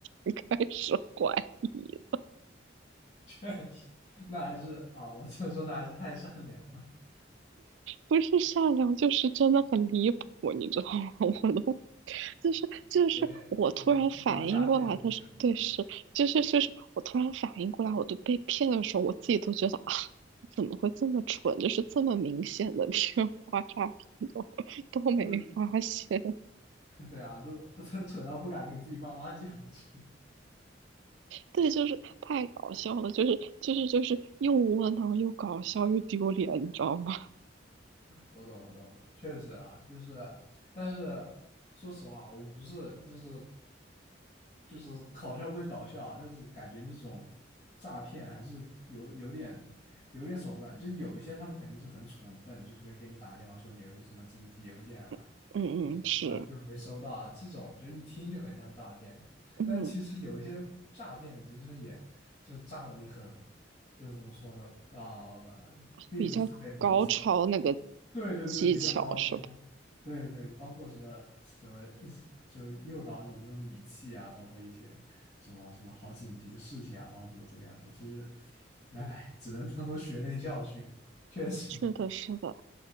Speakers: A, on the right (about 80°); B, on the left (about 40°).
A: 才开始怀疑。
B: <laughs> 确实，那还是啊，我只能说那还是太善良了，
A: 不是善良，就是真的很离谱，你知道吗？<laughs> 我都就是就是我突然反应过来的时候，
B: 有点有点智商下线的那种感觉了，
A: 对，是就是就是我突然反应过来，
B: 是吧？
A: 我都被骗的时候，我自己都觉得啊，怎么会这么蠢？就是这么明显的电话诈骗都都没发现，
B: <laughs> 就是
A: <laughs>
B: 对啊，就 <laughs> 蠢到不敢跟自己爸妈讲，是吧
A: 对，就是太搞笑了，就是就是就是又窝囊又搞笑又丢脸，你知道吗？
B: 我懂，我懂，我懂，确实啊，就是，但是说实话，我不是，就是就是搞笑归搞笑啊，但是感觉那种诈骗还是有有点有点手段，就有一些他们肯定是很蠢很笨的，就随便给你打个电话说你有一个什么紧急邮件啊，
A: <laughs> 嗯嗯，
B: 什么什么就是没收到啊，
A: 是，
B: 这种就一听就很像诈骗，
A: 嗯，
B: 但其实有一些诈骗其实也就诈的你很，就是怎么说呢啊、并不是特别明显。
A: 比较高超那个
B: 对对对，
A: 技巧是。
B: 比较高超，
A: 吧？
B: 对对，包括什么什么，就诱导你的那种语气啊，包括一些什么什么好紧急的事情啊，然后怎么怎么样的，其实，唉，只能当做血泪教训，确实
A: 是的，是的，